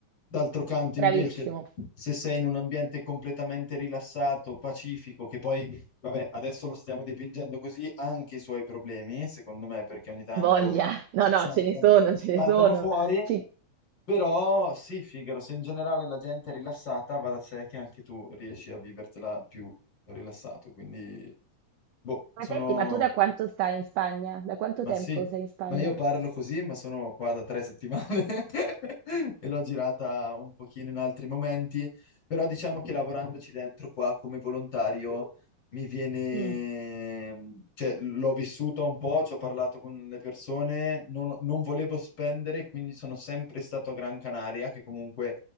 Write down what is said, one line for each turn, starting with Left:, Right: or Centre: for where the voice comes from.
Left: D'altro canto,
Right: Bravissimo,
Left: invece, se sei in un ambiente completamente rilassato, pacifico, che poi, vabbè, adesso lo stiamo dipingendo così, ha anche i suoi problemi, secondo me, perché ogni tanto
Right: voglia. No, no,
Left: saltano,
Right: ce ne sono, ce
Left: saltano
Right: ne sono.
Left: fuori,
Right: Ci-
Left: però sì, Figaro, se in generale la gente è rilassata, va da sé che anche tu riesci a vivertela più rilassato, quindi boh, sono
Right: Ma senti, ma tu da quanto stai in Spagna? Da quanto
Left: ma
Right: tempo
Left: sì,
Right: sei in Spagna?
Left: ma io parlo così, ma sono qua da tre settimane <laughs> e l'ho girata un pochino in altri momenti, però diciamo che lavorandoci dentro qua come volontario mi viene,
Right: Mm.
Left: cioè l'ho vissuta un po', ci ho parlato con le persone, non, non volevo spendere, quindi sono sempre stato a Gran Canaria, che comunque